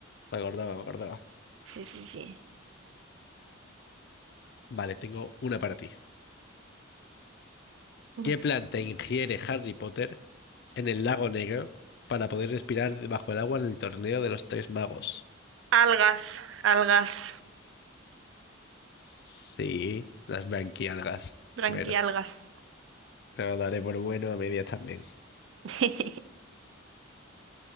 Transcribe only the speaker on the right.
Sí, sí, sí.
Ujú.
Algas, algas,
branquialgas.
<laughs>